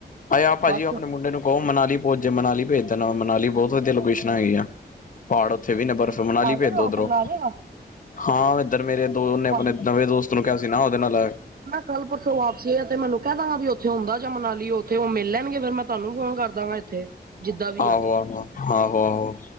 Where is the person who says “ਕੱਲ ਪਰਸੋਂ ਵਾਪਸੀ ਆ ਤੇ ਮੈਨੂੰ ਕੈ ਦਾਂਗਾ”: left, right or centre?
Right